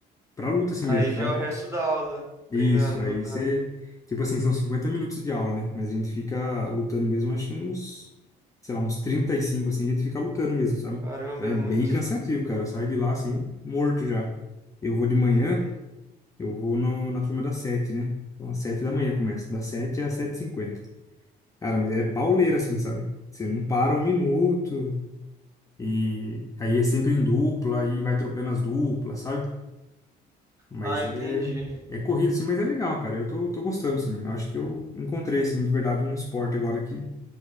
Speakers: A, on the left (about 20°); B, on the right (about 15°).
A: pra luta assim
B: Aí
A: mesmo, sabe?
B: já é o resto da aula,
A: Isso,
B: treinando,
A: aí
B: lutando.
A: você. Tipo assim, são 50 minutos de aula, né? Mas a gente fica lutando mesmo, acho que uns. Sei lá, uns 35 assim, a gente fica lutando mesmo, sabe?
B: Caramba,
A: É
B: é
A: bem
B: muito.
A: cansativo, cara. Eu saio de lá assim, morto já. Eu vou de manhã.
B: Uhum.
A: Eu vou no- na turma das sete, né? Então, às sete da manhã começa, das sete às sete e cinquenta. Cara, mas é pauleira, assim, sabe? Você não para um minuto, e aí é sempre em dupla, aí vai trocando as duplas, sabe? Mas
B: Ah,
A: é,
B: entendi.
A: é corrido, assim, mas é legal, cara. Eu tô, tô gostando, assim. Eu acho que eu encontrei, assim, de verdade, um esporte agora que,